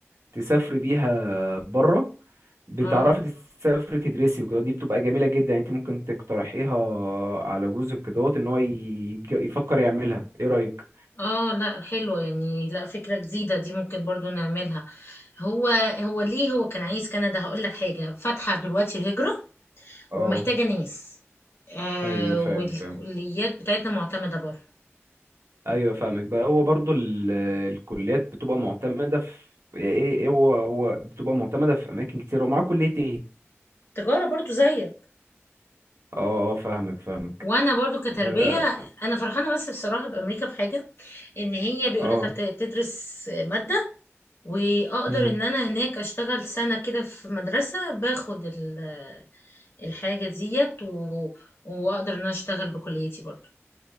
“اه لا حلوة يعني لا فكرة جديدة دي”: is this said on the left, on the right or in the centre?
Left